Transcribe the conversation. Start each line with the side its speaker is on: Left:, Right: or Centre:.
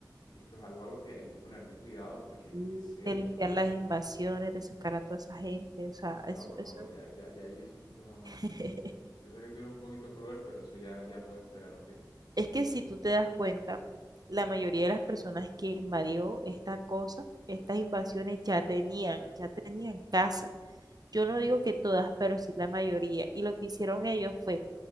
Left: Y esto es algo a lo que hay que ponerle cuidado porque
Right: y
Left: es serio,
Right: de limpiar
Left: ¿sabes?
Right: las invasiones, de sacar a toda esa gente. O sea,
Left: No,
Right: eso,
Left: por
Right: eso.
Left: favor, ya, ya, ya ahí eso es un tema más.
Right: <laughs>
Left: Yo sé que tú eres un poquito cruel, pero eso ya, ya puede esperar, ¿ok?
Right: Es que si tú te das cuenta, la mayoría de las personas que invadió esta cosa, estas invasiones ya tenían, ya tenían casa. Yo no digo que todas, pero sí la mayoría. Y lo que hicieron ellos fue